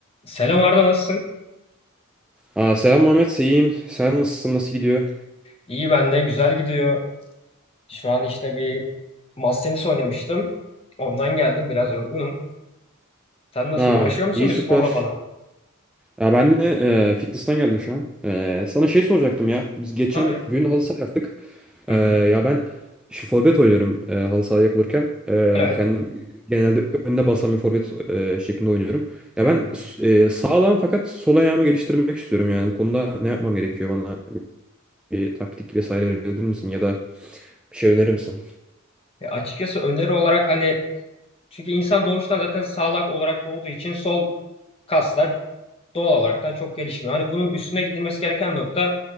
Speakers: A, on the left (about 25°); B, in the centre.
A: Selam Arda nasılsın?
B: Aa, selam Mehmet, iyiyim. Sen nasılsın, nasıl gidiyor?
A: İyi ben de güzel gidiyor. Şu an işte bir masa tenisi oynamıştım. Ondan geldim biraz yorgunum. Sen nasıl
B: Aa,
A: uğraşıyor musun
B: iyi
A: bir
B: süper.
A: sporla falan?
B: Ya ben de e, fitness'tan geldim şu an. E, sana şey soracaktım ya. Biz geçen
A: Tabii.
B: gün halı saha yaptık.
A: Hı
B: E,
A: hı.
B: ya ben şu forvet oynuyorum e, halı saha yapılırken. E,
A: Evet.
B: kendim genelde önde basan bir forvet e, şeklinde oynuyorum. Ya
A: Hı hı.
B: ben e, sağlam fakat sol ayağımı geliştirmek istiyorum yani. Bu konuda ne yapmam gerekiyor bana? Bir taktik vesaire önerir misin ya da bir şey önerir misin?
A: E açıkçası öneri olarak hani çünkü insan doğuştan zaten sağlak olarak doğduğu için sol kaslar doğal olaraktan çok gelişmiyor. Hani bunun üstüne gidilmesi gereken nokta